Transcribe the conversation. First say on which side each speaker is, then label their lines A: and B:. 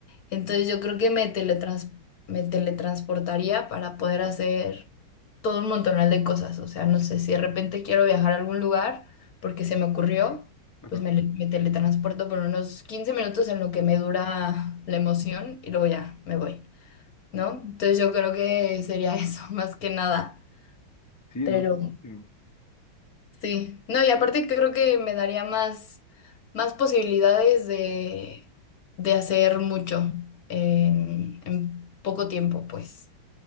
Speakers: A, on the left (about 55°); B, on the left (about 25°).
A: Entonces yo creo que me teletrans- me teletransportaría para poder hacer todo un montonal de cosas. O sea, no sé, si de repente quiero viajar a algún lugar porque se me ocurrió.
B: Ajá.
A: Pues me, le- me teletransporto por unos 15 minutos en lo que me dura la emoción y luego ya me voy. ¿no? Entonces yo creo que sería eso, <laughs> más que nada.
B: Sí,
A: Pero
B: ¿no? Mm,
A: sí, no, y aparte creo que me daría más, más posibilidades de, de hacer mucho en, en poco tiempo, pues.